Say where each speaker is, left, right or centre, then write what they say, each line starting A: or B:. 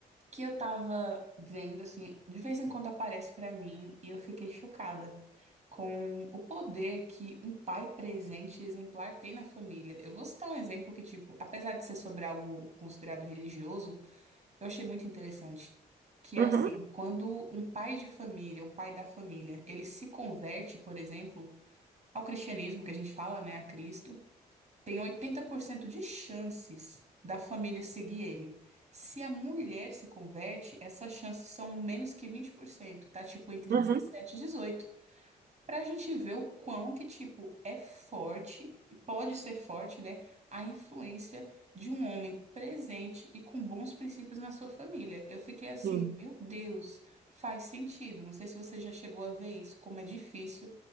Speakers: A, on the right (about 45°); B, on the right (about 65°).
A: que eu tava vendo, assim, de vez em quando aparece pra mim e eu fiquei chocada com o poder que um pai presente e exemplar tem na família. Eu vou citar um exemplo que, tipo, apesar de ser sobre algo considerado religioso, eu achei muito interessante. Que é
B: Uhum,
A: assim, quando um pai de família, o pai da família, ele se converte, por exemplo, ao cristianismo que a gente fala, né, a Cristo tem 80% de chances da família seguir ele. Se a mulher se converte, essas chances são menos que 20%, tá? Tipo, entre
B: uhum,
A: 17 e 18. Pra gente ver o quão que, tipo, é forte, e pode ser forte, né? A influência de um homem presente e com bons princípios na sua família. Eu fiquei assim,
B: sim.
A: meu Deus, faz sentido. Não sei se você já chegou a ver isso, como é difícil